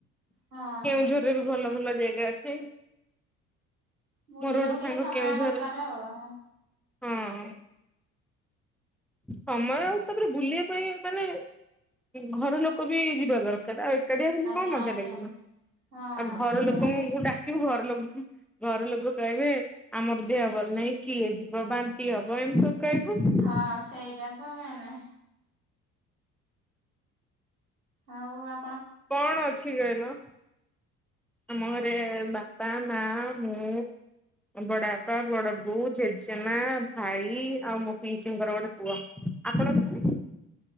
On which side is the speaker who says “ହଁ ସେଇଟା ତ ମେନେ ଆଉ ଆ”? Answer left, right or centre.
Right